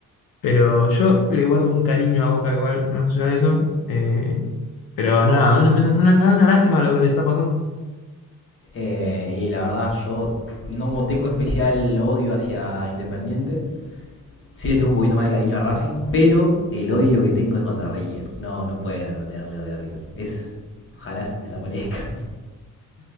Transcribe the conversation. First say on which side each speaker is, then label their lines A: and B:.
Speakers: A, on the left; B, on the left.
A: Pero yo le guardo un cariño a Boca igual, más allá de eso. Eh, pero nada, me, me- me- me da una lástima lo que le está pasando.
B: Eh, y la verdad, yo no tengo especial odio hacia Independiente. Sí le tengo un poquito más de cariño a Racing, pero el odio que tengo es contra River. No, no puedo no tenerle odio a River. Es. Ojalá se desaparezcan.